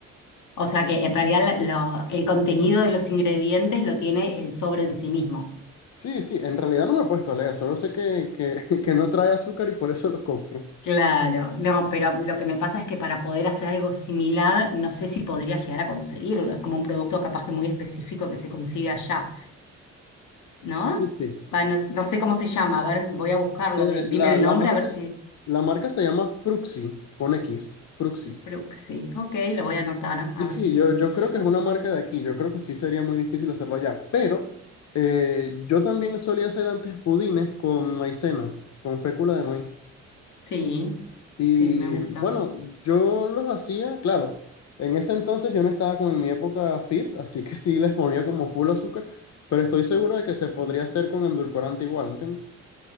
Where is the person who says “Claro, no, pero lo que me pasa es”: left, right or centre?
Left